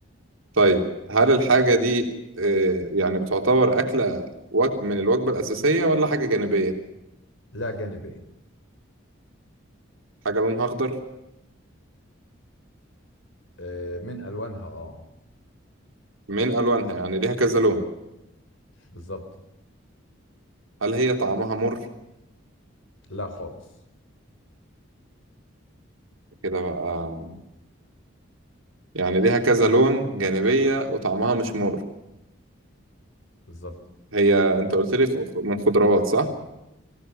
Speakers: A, on the right; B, on the left.
A: طيب هل الحاجة دي آه، يعني بتعتبر أكلة وجب من الوجبة الأساسية ولا حاجة جانبية؟
B: لا جانبيه
A: حاجة لونها أخضر
B: آه، من الوانها اه
A: من ألوانها يعني ليها كذا لون
B: بالظبط
A: هل هي طعمها مر؟
B: لا خالص
A: كده بقى يعني ليها كذا لون جانبية وطعمها مش مر
B: بالظبط
A: هي انت قلت لي خ- من خضروات صح